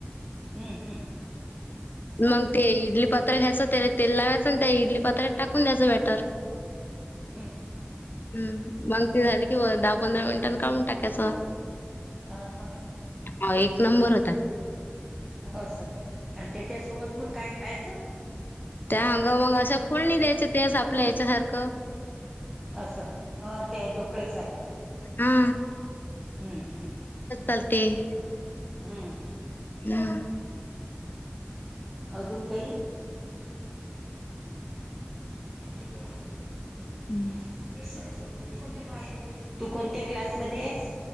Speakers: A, in the centre; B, on the left.
A: हम्म हम्म
B: मग ते इडली पात्र घ्यायचं त्याला तेल लावायचं आणि त्या इडली पात्रात टाकून द्यायचं बॅटर
A: हमं
B: हम मग ते झाली कि वर दहा पंधरा मिनिटांन काढून टाकायचं
A: हा हां
B: हो एक नंबर होता
A: असं आणि त्याच्यासोबत मग काय खायचं
B: त्या हंग मग अशा फोडणी द्यायचं तेच आपल्या याच्या सारखं
A: असं अ ते आहे ढोकळ्यासारखं
B: हा
A: हम्म हम हम्
B: ल ते <unintelligible>
A: हम्म
B: हम् <inaudible>
A: अजुन काही श्वर त्या त होत <unintelligible>
B: हम्म <unintelligible>
A: ण्या क्लास <unintelligible> तू कोणत्या क्लासमध्ये आहेस